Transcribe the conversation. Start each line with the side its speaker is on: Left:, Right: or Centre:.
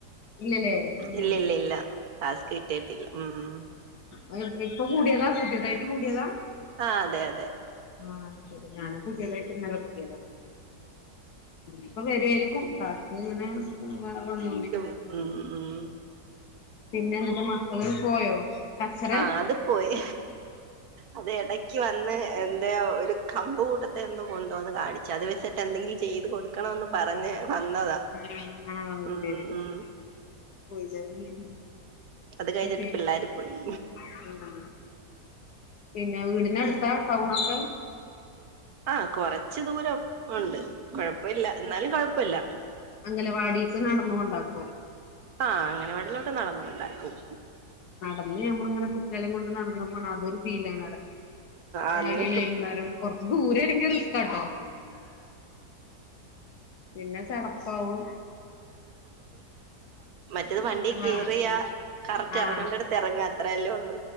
Left: ഇല്ലല്ലേ ഉം
Right: ഇല്ലില്ലില്ല. ടാസ്ക് കിട്ടിയട്ടില്ല ഉം.
Left: അയ്യോ ഇപ്പൊ കൂടിയതാ പുതിയതായിട്ട് കൂടിയതാ
Right: ആഹ് അതെയതെ
Left: ആഹ് ശരി ഞാനും പുതിയതായി ഇന്നലെ കൂടിയതാണ് ഇപ്പോ വരുമായിരിക്കും ടാസ്ക് ഇങ്ങനെ ഉം വന്നോണ്ടി
Right: ഉം ഉം
Left: പിന്നെന്നിട്ട് മക്കള് പോയോ കച്ചറ
Right: ആഹ് അത് പോയി അത് ഇടക്ക് വന്ന് എൻ്റേ ഒരു കമ്പ് കൂട്ടത്തെ എന്തോ കൊണ്ടുവന്ന് കാണിച്ചത് വെച്ചട്ടെന്തെങ്കിലും ചെയ്ത് കൊടുക്കണവെന്ന് പറഞ്ഞ് വന്നതാ
Left: ആഹ് ആഹ് അത്
Right: ഉം
Left: ശരി
Right: ഉം
Left: ആഹ് പോയില്ലേ <unintelligible>
Right: അത് കഴിഞ്ഞിട്ട്
Left: പിൻ
Right: പിള്ളേര് പോയി
Left: ആഹ് പിന്നെ വീടിനടുത്ത് താ ടൗണൊക്കെ
Right: ആഹ് കൊറച്ച് ദൂരം ഒണ്ട് കൊഴപ്പ ഇല്ല എന്നാലും കൊഴപ്പ ഇല്ല
Left: അംഗൻവാടിയലേക്കു നടന്ന് കൊണ്ടാക്കുവോ
Right: ആഹ് അങ്ങനവാടീലോട്ട് നടന്നു കൊണ്ടാക്കും
Left: അന്ന് ഞമ്മളിങ്ങനെ കുട്ടികളേം കൊണ്ട് നടന്ന് പോണ അതൊരു ഫീലാണ് അറ
Right: ആന്ന്
Left: രാവിലെ വൈകുന്നേരം കൊറച്ച് ദൂരേണെങ്കി റിസ്കാട്ടോ പിന്നെ ചടപ്പാവും
Right: റ്റത് വണ്ടീ കേറിയാ
Left: ആഹ് അതെ
Right: കറക്റ്റ്
Left: ആഹ്
Right: എറങ്ങേണ്ടടുത്ത് എറങ്ങാ അത്രയല്ലേ ഒള്ളൂ